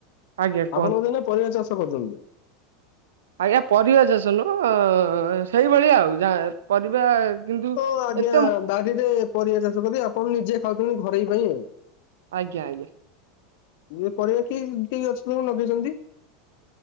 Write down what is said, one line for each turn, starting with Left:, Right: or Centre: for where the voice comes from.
Right: ଆଜ୍ଞା କୁହନ୍ତୁ।
Left: ଆପଣ ବଧେ ଏଇନା ପରିବା ଚାଷ କରୁଚନ୍ତି।
Right: ଆଜ୍ଞା ପରିବା ଚାଷ ନୁହଁ ଅ ସେଇଭଳି ଆଉ ଯା ପରିବା କିନ୍ତୁ
Left: ହଁ ଆଜ୍ଞା
Right: ଏତେ
Left: ବାରିରେ ପରିବା ଚାଷ କରି ଆପଣ ନିଜେ ଖାଉଛନ୍ତି ଘରେଇ ପାଇଁ ଆଉ।
Right: ଆଜ୍ଞା ଆଜ୍ଞା।
Left: ଇଏ ପରିବା କି କି ଗଛି ସବୁ ନଗେଇଛନ୍ତି।